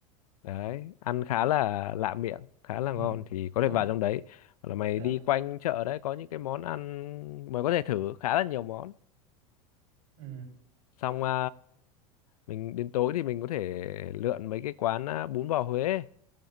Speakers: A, on the left; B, on the right.
A: đấy ăn khá là lạ miệng khá là
B: Ừ.
A: ngon thì có
B: Ờ,
A: thể vào trong đấy hoặc là mày
B: Được.
A: đi quanh chợ đấy có những cái món ăn mày có thể thử khá là nhiều món
B: Ừ.
A: xong à, mình đến tối thì mình có thể lượn mấy cái quán à, bún bò Huế ấy.